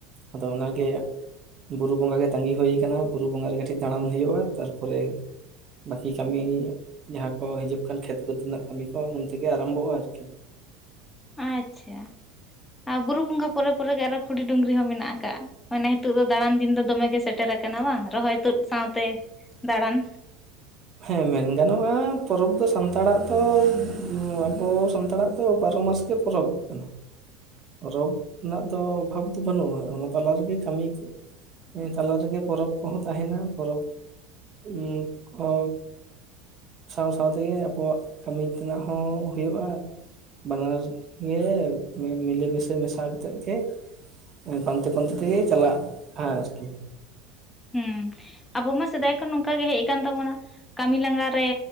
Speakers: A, on the right; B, on the left.
A: ᱟᱫᱚ ᱚᱱᱟᱱᱟᱜᱮ ᱵᱩᱨᱩ ᱵᱚᱸᱜᱟ ᱜᱮ ᱛᱟᱸᱜᱤ ᱦᱩᱭ ᱠᱟᱱᱟ, ᱵᱩᱨᱩ ᱵᱚᱸᱜᱟ ᱨᱮᱜᱮ ᱴᱷᱤᱠ ᱫᱟᱬᱟᱱ ᱦᱩᱭᱩᱜ-ᱟ ᱛᱟᱨᱯᱚᱨᱮ ᱵᱟᱹᱠᱤ ᱠᱟᱹᱢᱤ ᱡᱟᱦᱟᱸ ᱠᱚ ᱦᱤᱡᱩᱜ ᱠᱟᱱ ᱠᱷᱮᱛ ᱵᱟᱹᱫᱽ ᱨᱮᱱᱟᱜ ᱠᱟᱹᱢᱤ ᱠᱚ ᱩᱱᱛᱮᱜᱮ ᱟᱨᱟᱢᱵᱷᱚᱜ-ᱟ ᱟᱨᱠᱤ᱾
B: ᱟᱪᱪᱷᱟ, ᱟᱨ ᱵᱩᱨᱩ ᱵᱚᱸᱜᱟ ᱯᱚᱨᱚᱵᱽ ᱯᱚᱨᱮ ᱜᱮ ᱟᱨᱦᱚᱸ ᱠᱷᱩᱲᱤ ᱰᱩᱝᱨᱤ ᱦᱚᱸ ᱢᱮᱱᱟᱜ ᱟᱠᱟᱜ-ᱟ᱾ ᱢᱟᱱᱮ ᱱᱤᱛᱚᱜ ᱫᱚ ᱫᱟᱬᱟᱱ ᱫᱤᱱ ᱫᱚ ᱫᱚᱢᱮ ᱜᱮ ᱥᱮᱴᱮᱨ ᱟᱠᱟᱱᱟ ᱵᱟᱝ ᱨᱚᱦᱚᱭ ᱛᱩᱫ ᱥᱟᱶᱛᱮ᱾ ᱫᱟᱬᱟᱱ
A: ᱦᱮᱸ ᱢᱮᱱ ᱜᱟᱱᱚᱜ-ᱟ ᱯᱚᱨᱚᱵᱽ ᱫᱚ ᱥᱟᱱᱛᱟᱲᱟᱜ ᱫᱚ ᱟᱵᱚ ᱥᱟᱱᱛᱟᱲᱟᱜ ᱛᱚ ᱵᱟᱨᱚ ᱢᱟᱥ ᱜᱮ ᱯᱚᱨᱚᱵᱽ ᱠᱟᱱᱟ᱾
B: <inaudible>
A: ᱯᱚᱨᱚᱵᱽ ᱨᱮᱱᱟᱜ ᱫᱚ ᱚᱵᱷᱟᱵᱽ ᱫᱚ ᱵᱟᱹᱱᱩᱜ-ᱟ ᱚᱱᱟ ᱛᱟᱞᱟ ᱨᱮᱜᱮ ᱠᱟᱹᱢᱤ ᱠᱚ᱾ ᱚᱱᱟ ᱛᱟᱞᱟ ᱨᱮᱜᱮ ᱯᱚᱨᱚᱵᱽ ᱠᱚᱦᱚᱸ ᱛᱟᱦᱮᱱᱟ ᱯᱚᱨᱚᱵᱽ ᱩᱸ᱾ ᱚᱻ ᱥᱟᱶ ᱥᱟᱶ ᱛᱮᱜᱮ ᱟᱵᱚᱣᱟᱜ ᱠᱟᱹᱢᱤ ᱛᱮᱱᱟᱜ ᱦᱚᱸ ᱦᱩᱭᱩᱜᱼᱟ᱾ ᱵᱟᱱᱟᱨ ᱜᱮ ᱢᱤᱞᱮ ᱢᱤᱥᱮ ᱢᱮᱥᱟ ᱠᱟᱛᱮᱫ ᱜᱮ ᱢᱟᱱᱮ ᱯᱟᱱᱛᱮ ᱯᱟᱱᱛᱮ ᱛᱮᱜᱮ ᱪᱟᱞᱟᱜ-ᱟᱭ ᱟᱨᱠᱤ᱾
B: ᱦᱩᱸ᱾ ᱟᱵᱚ ᱢᱟ ᱥᱮᱫᱟᱭ ᱠᱷᱚᱱ ᱱᱚᱝᱠᱟ ᱜᱮ ᱦᱮᱡ ᱟᱠᱟᱱ ᱛᱟᱵᱚᱱᱟ ᱠᱟᱹᱢᱤ ᱞᱟᱸᱜᱟᱨᱮ